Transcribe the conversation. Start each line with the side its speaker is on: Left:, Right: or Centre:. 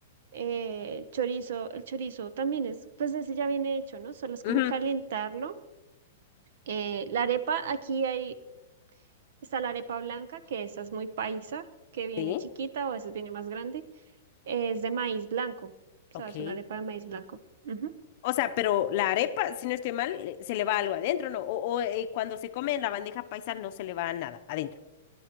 Right: Eh, chorizo, el chorizo también es, pues ese ya viene hecho, ¿no? Solo es
Left: ujú,
Right: como calentarlo. Eh, la arepa, aquí hay, está la arepa blanca, que esa es muy paisa, que viene
Left: Sí,
Right: chiquita o a veces viene más grande. Es de maíz blanco, o
Left: ok.
Right: sea, es una arepa de maíz blanco. Ujú.
Left: O sea, pero la arepa, si no estoy mal, le- se le va algo adentro, ¿no? O, o, eh, cuando se come en la bandeja paisa no se le va nada adentro.